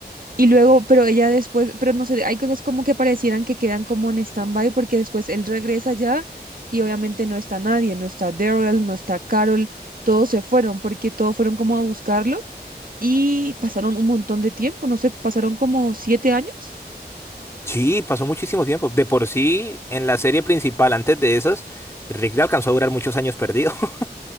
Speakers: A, on the right; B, on the left.
A: Y luego, pero ella después, pero no sé, hay cosas como que parecieran que quedan como en stand-by porque después él regresa ya y obviamente no está nadie, no está Daryl, no está Carol, todos se fueron porque todos fueron como a buscarlo y pasaron un montón de tiempo, no sé, pasaron como siete años.
B: Sí, pasó muchísimo tiempo. De por sí, en la serie principal, antes de esas, Rick le alcanzó a durar muchos años perdido. <laughs>